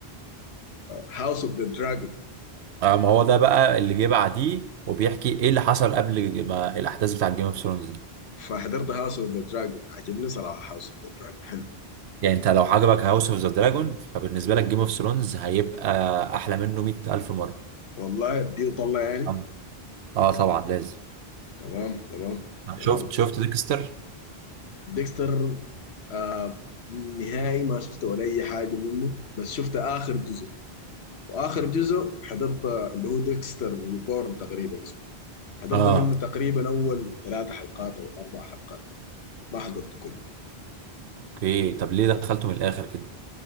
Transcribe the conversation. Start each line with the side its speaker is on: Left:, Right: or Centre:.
Left: هاوس اوف ذا دراجون
Right: اه ما هو ده بقى اللي جه بعديه وبيحكي ايه اللي حصل قبل ما الاحداث بتاعت جيم اوف ثرونز دي
Left: فحضرت هاوس اوف ذا دراجون عجبني صراحه هاوس اوف ذا دراجون حلو
Right: يعني انت لو عجبك هاوس اوف ذا دراجون فبالنسبه لك جيم اوف ثرونز هيبقى احلى منه 100000 مره
Left: والله اديه وطلع يعني
Right: اه اه طبعا لازم
Left: تمام تمام تمام
Right: شفت شفت ديكستر
Left: ديكستر آه نهائي ما شفت ولا اي حاجه منه بس شفت اخر جزء واخر جزء حضرت اللي هو ديكستر ريبورن تقريبا اسمه حضرت
Right: اه
Left: منه تقريبا اول ثلاث حلقات او اربع حلقات ما حضرته كله
Right: اوكي طب ليه دخلته من الاخر كده